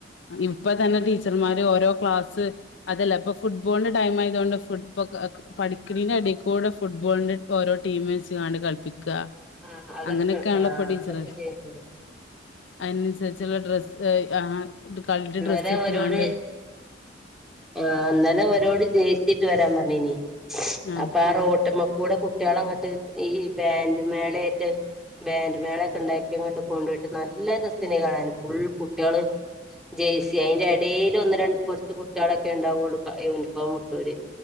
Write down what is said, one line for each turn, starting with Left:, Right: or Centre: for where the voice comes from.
Left: ഇപ്പ തന്നെ ടീച്ചർമാര് ഓരോ ക്ലാസ്സ് അതല്ല ഇപ്പൊ ഫുട്ബോളിന്റെ ടൈം ആയതോണ്ട് ഫുട്ബൊക്ക് പഠിക്കണീന്റെ എടേക്കൂടെ ഫുട്ബോളിന്റെ ഓരോ ടീമ് വെച്ചിങ്ങാണ്ട് കളപ്പിക്കാ
Centre: ആഹ് അതൊക്കെ
Left: അങ്ങനൊക്കെയാണല്ലൊ
Centre: ആഹ്
Left: ഇപ്പൊ ടീച്ചറ്
Centre: അതൊക്കെ ചെയ്യുന്നുണ്ട്
Left: അയ്നനുസരിച്ചുള്ള ഡ്രസ് എഹ് ആഹ് ഇത് കളറ്
Centre: ഇന്നലെ
Left: ഡ്രസ്സ് ഇട്ടുങ്ങാണ്ട്
Centre: അവരോട് ആഹ് ഇന്നലെ അവരോട് ജേഴ്സീട്ട് വരാൻ പറഞ്ഞീനി
Left: ആഹ്
Centre: അപ്പൊ ആ റോട്ട്മ്മക്കൂടെ കുട്ടികളങ്ങട്ട് ഈ ബാൻഡ് മേളേയിട്ട് ബാൻഡ്മേളൊക്കെ ഇണ്ടാക്കിയങ്ങട്ട് കൊണ്ടുപോയിട്ട് നല്ല രസന്നെ കാണാന് ഫുൾ കുട്ടികള് ജേഴ്സി അയിന്റെ എടേല് ഒന്ന് രണ്ട് കൊറച്ച് കുട്ടികളൊക്കെ ഇണ്ടാവോള്ളൂ ക യൂണിഫോം ഇട്ടവര്